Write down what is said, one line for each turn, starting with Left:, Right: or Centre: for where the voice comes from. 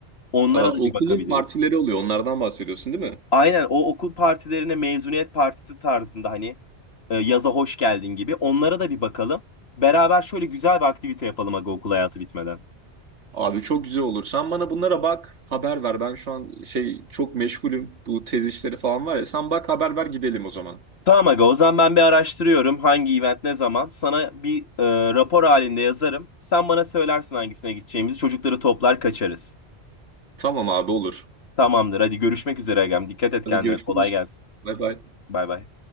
Left: Onlara
Right: Ee, okulun
Left: da bir bakabiliriz.
Right: partileri oluyor. Onlardan bahsediyorsun değil mi?
Left: Aynen o okul partilerine mezuniyet partisi tarzında hani e, yaza hoş geldin gibi onlara da bir bakalım. Beraber şöyle güzel bir aktivite yapalım aga okul hayatı bitmeden.
Right: Abi çok güzel olur. Sen bana bunlara bak, haber ver. Ben şu an şey çok meşgulüm. Bu tez işleri falan var ya. Sen bak haber ver gidelim o zaman.
Left: Tamam aga o zaman ben bir araştırıyorum hangi event ne zaman. Sana bir e, rapor halinde yazarım. Sen bana söylersin hangisine gideceğimizi çocukları toplar kaçarız.
Right: Tamam abi olur.
Left: Tamamdır hadi görüşmek üzere agam. Dikkat et
Right: Hadi
Left: kendine
Right: görüşürüz.
Left: kolay gelsin.
Right: Bay bay.
Left: Bay bay.